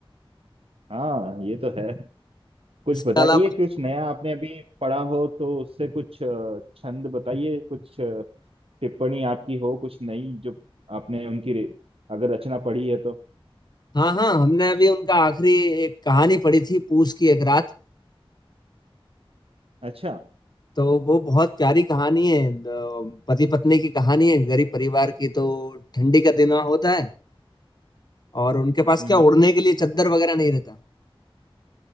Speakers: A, on the right; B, on the left.
A: हाँ ये तो है कुछ
B: इसके
A: बताइए
B: अलावा
A: कुछ नया आपने अभी पढ़ा हो तो उससे कुछ अ, छंद बताइए कुछ अ, टिप्पणी आपकी हो कुछ नई जो आपने उनकी रे- अगर रचना पढ़ी है तो
B: हाँ हाँ हमने अभी उनका आखिरी एक कहानी पढ़ी थी पूस की एक रात
A: अच्छा
B: तो वो बहुत प्यारी कहानी है पति पत्नी की कहानी है गरीब परिवार की तो ठंडी का दिन होता है और उनके पास
A: हम्म
B: क्या
A: हम्म।
B: ओढ़ने के लिए चद्दर वगैरह नहीं रहता